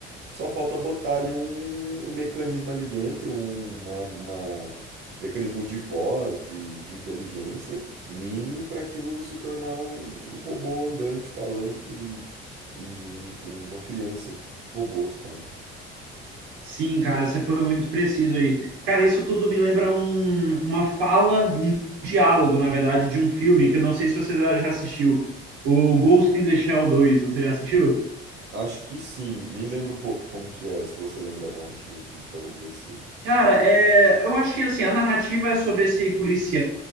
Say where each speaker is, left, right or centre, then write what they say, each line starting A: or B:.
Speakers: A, on the right; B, on the right.
A: Só falta botar ali um, um mecanismo ali dentro, um, uma, uma- mecanismo de voz, de, de inteligência mínimo para aquilo se tornar um, um robô andante, falante e, e um- uma criança robô, sabe?
B: Sim, cara, você foi muito preciso aí. Cara, isso tudo me lembra um- uma fala, um diálogo, na verdade, de um filme que eu não sei se você já já assistiu. O Ghost in the Shell dois, você já assistiu?
A: Acho que sim. Me lembra um pouco como que é, se você lembra a narrativa, assim, para eu ver se.
B: Cara, é, eu acho que assim, a narrativa é sobre esse policial